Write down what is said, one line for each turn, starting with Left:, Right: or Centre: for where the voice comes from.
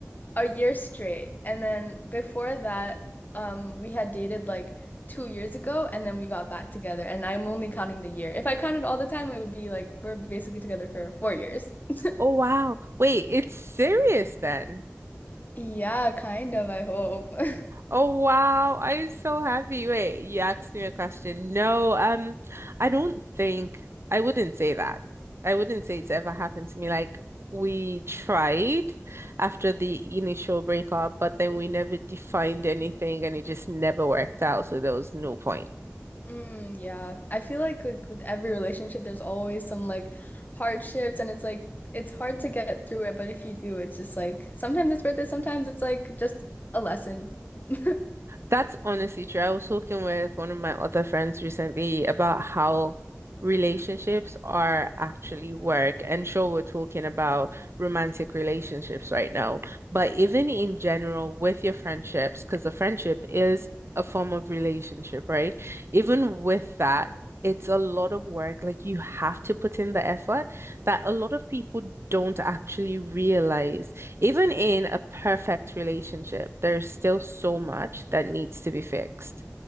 Left: a year straight. And then before that, um, we had dated like two years ago and then we got back together. And I'm only counting the year. If I counted all the time, it would be like we're basically together for four years. <laughs>
Right: Oh, wow. Wait, it's serious then.
Left: Yeah, kind of, I hope. <laughs>
Right: Oh wow, I'm so happy. Wait, you asked me a question. No, um, I don't think I wouldn't say that. I wouldn't say it's ever happened to me. Like we tried after the initial breakup, but then we never defined anything and it just never worked out, so there was no point.
Left: Mm, yeah. I feel like like with every relationship there's always some like hardships and it's like it's hard to get through it, but if you do, it's just like sometimes it's worth it, sometimes it's like just a lesson. <laughs>
Right: That's honestly true. I was talking with one of my other friends recently about how relationships are actually work. And sure, we're talking about romantic relationships right now, but even in general with your friendships, because a friendship is a form of relationship, right? Even with that, it's a lot of work. Like you have to put in the effort that a lot of people don't actually realize. Even in a perfect relationship, there's still so much that needs to be fixed.